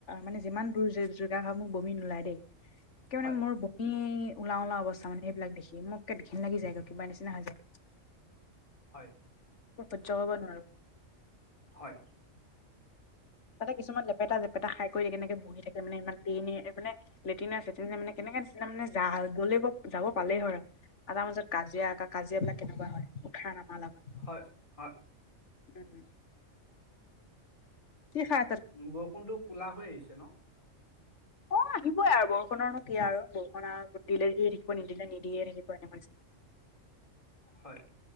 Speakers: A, on the left; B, on the left.
A: মানে যিমান দূৰ যে যত <unintelligible> বমি নোলায় দেই। একে মানে
B: হয়
A: মোৰ ব মি ওলাও ওলাও অৱস্থা মানে সেইিলাক দেখি মোক একে ঘিন লাগি যায়গৈ কিবা নিচিনা হৈ যায়।
B: হয়
A: সহ্য কৰিব নোৱাৰো
B: হয়
A: তাতে কিছুমান লেপেটা জেপেটা খাই কৰি কেনেকে বহি থাকে মানে এ মানে লেটিনে চেটিনে মানে কেনেকে নিচিনা মানে যা মোক যাব পালে হ'ল আৰু। আ তাৰ মাজত কাজিয়া কা কাজিয়া বিলাক কেনেকুৱা হয়, উঠা নমা লগত।
B: হয় হয়
A: উম। কি খা
B: উম বৰষুণটো ক'লা কৰি আনিছে ন?
A: <inaudible> অঁ আহিবই আৰু বৰষুণৰনো কি আৰু বৰষুণ আৰু দিলে দিয়ে থাকিব নিদিলে নিদিয়ে থাকিব এনেকুৱা হৈছে। <inaudible>
B: হয়।